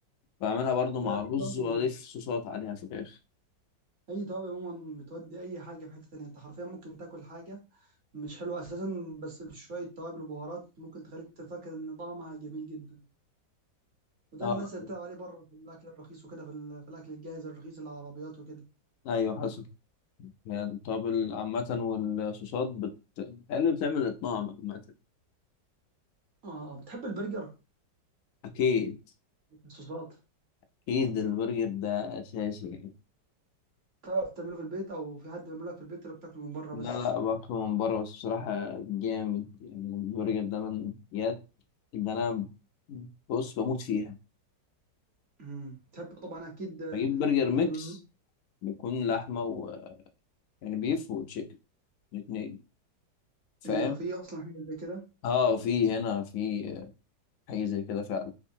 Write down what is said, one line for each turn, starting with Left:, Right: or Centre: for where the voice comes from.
Left: بعملها برضو مع
Right: يا
Left: رز
Right: اي توابل
Left: واضيف
Right: عموما
Left: صوصات عليها في الاخر
Right: اي توابل عموما بتودي اي حاجه في حته تانيه انت حرفيا ممكن تاكل حاجه مش حلو اساسا بس بشويه توابل وبهارات ممكن تخليك تفكر ان طعمها جميل جدا وده
Left: اه
Right: اللي الناس اللي بتلعب عليه بره في الاكل الرخيص وكده في, ال- في الاكل الجاهز الرخيص اللي على العربيات وكده
Left: ايوه حسب هي التوابل عامة والصوصات بت... هي اللي بتعمل الطعم عامة
Right: اه بتحب البرجر
Left: اكيد
Right: الصوصات
Left: اكيد البرجر ده اساسي يعني
Right: تعرف تعمله في البيت او في حد بيعمله لك في البيت ولا بتاكله من بره
Left: لا
Right: بس
Left: لا باكله من بره بس بصراحة جامد يعني البرجر ده من الحاجات اللي انا بص بموت فيها
Right: امم تحب طبعا اكيد آه،
Left: بجيب برجر ميكس
Right: هي من-
Left: بيكون لحمة و يعني بيف وتشيكن الاتنين فاهم
Right: هي في اصلا حاجه زي كده
Left: اه في هنا في حاجة زي كده فعلا